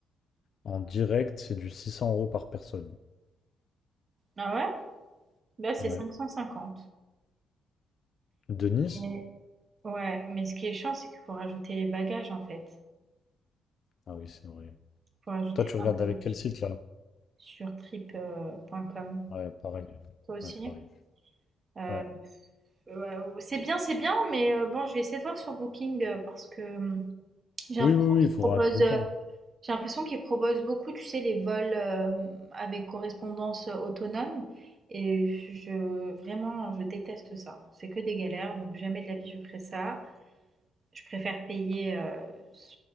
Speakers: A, on the left; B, on the right.
A: En direct, c'est du 600 euros par personne.
B: Ah ouais? Là, c'est
A: Ouais.
B: 550.
A: De Nice?
B: Mais ouais, mais ce qui est chiant, c'est qu'il faut rajouter les bagages en fait.
A: Ah oui, c'est vrai.
B: Il Faut rajouter
A: Toi, tu regardes
B: un bagage
A: avec quel site, là?
B: sur trip. point Com.
A: Ouais, pareil.
B: Toi aussi?
A: euh, Ouais, pareil.
B: Euh,
A: Ouais.
B: ouais, ouais, c'est bien, c'est bien, mais euh, bon, je vais essayer de voir sur Booking euh, parce que hum, j'ai
A: Oui,
B: l'impression
A: oui, oui,
B: qu'ils
A: il faudra
B: proposent,
A: tout
B: euh,
A: le temps.
B: j'ai l'impression qu'ils proposent beaucoup, tu sais, les vols euh, avec correspondance euh, autonome. Et je, vraiment, je déteste ça. C'est que des galères, donc jamais de la vie je ferai ça. Je préfère payer, heu, s